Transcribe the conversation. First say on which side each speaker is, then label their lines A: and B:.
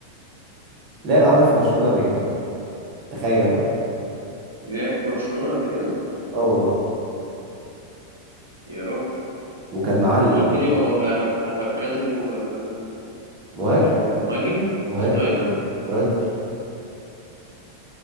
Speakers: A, on the right (about 35°); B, on the right (about 80°).
A: لعب عندك في برشلونة قبل كده تخيل بقى
B: لعب في برشلونة قبل كده؟
A: اه والله
B: يا رب
A: وكان معلم
B: انت قلت لي هو ما هو مركزه آه،
A: مهاجم
B: آه، مهاجم
A: مهاجم
B: سترايكر
A: سترايكر